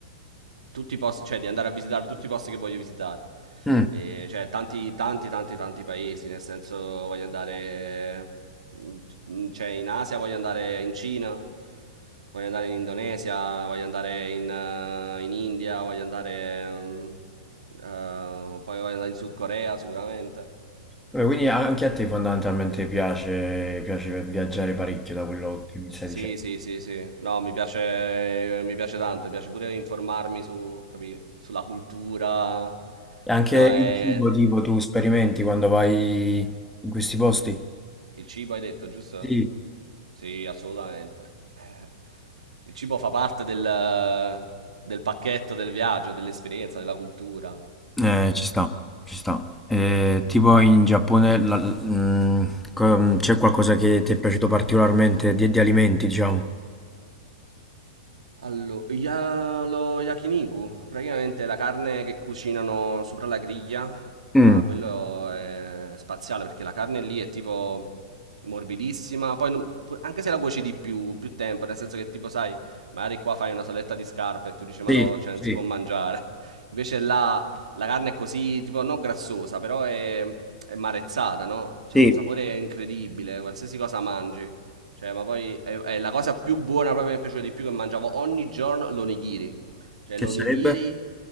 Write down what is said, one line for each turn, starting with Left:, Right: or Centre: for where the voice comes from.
Right: tutti i posti, cioè di andare a visitare tutti i posti che voglio visitare.
Centre: Mm.
Right: E, cioè, tanti, tanti, tanti, tanti paesi. Nel senso, voglio andare. mm, Cioè, in Asia voglio andare in Cina, voglio andare in Indonesia, voglio andare in, eh, in India, voglio andare. mm, eh, poi voglio andare in Sud Corea sicuramente.
Centre: Vabbè, Quindi a- anche a te fondamentalmente piace, piace viaggiare parecchio da quello che mi stai
Right: Sì,
Centre: dicendo.
Right: sì, sì, sì. No, mi piace, mi piace tanto, mi piace pure informarmi su, capì, sulla cultura.
Centre: E anche
Right: No, è,
Centre: il cibo tipo tu sperimenti quando vai in questi posti?
Right: Il cibo hai detto, giusto?
Centre: Sì.
Right: Sì, assolutamente. <laughs> Il cibo fa parte del, del pacchetto del viaggio, dell'esperienza, della cultura.
Centre: Eh, ci sta, ci sta. Eh, tipo in Giappone la- mm, co- c'è qualcosa che ti è piaciuto particolarmente di, di alimenti, diciamo?
Right: Allora, ya- lo yakiniku, praticamente è la carne che cucinano sopra la griglia,
Centre: Mm.
Right: ma quello è spaziale perché la carne lì è tipo morbidissima, poi non- pu- anche se la cuoci di più, più tempo, nel senso che tipo sai, magari qua fai una saletta di scarpe e tu dici ma
Centre: Sì,
Right: no, cioè non
Centre: sì.
Right: si può mangiare, <laughs> invece là la carne è così, tipo non grassosa, però è, è marezzata, no? C'ha
Centre: Sì.
Right: un sapore incredibile, qualsiasi cosa mangi. Cioè, ma poi è, è la cosa più buona proprio che mi è piaciuta di più che mangiavo ogni giorno l'onigiri. Cioè,
Centre: Che
Right: l'onigiri
Centre: sarebbe?